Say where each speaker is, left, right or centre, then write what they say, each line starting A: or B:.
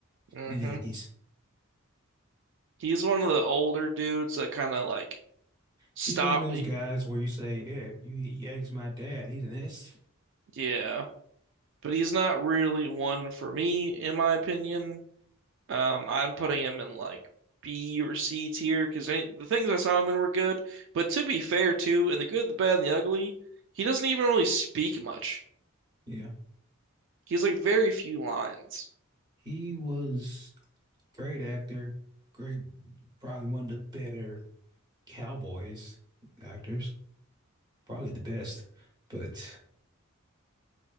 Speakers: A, on the right; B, on the right.
A: hmm
B: and 80s.
A: He's one of the older dudes that kind of like stop.
B: He's one of those guys where you say, Yeah, if you, you ask my dad, he's an S.
A: Yeah, but he's not really one for me, in my opinion. Um, I'm putting him in like B or C tier because the things I saw him in were good. But to be fair, too, in the good, the bad, and the ugly, he doesn't even really speak much.
B: Yeah.
A: He's like very few lines.
B: He was great actor, great, probably one of the better Cowboys actors, probably the best. But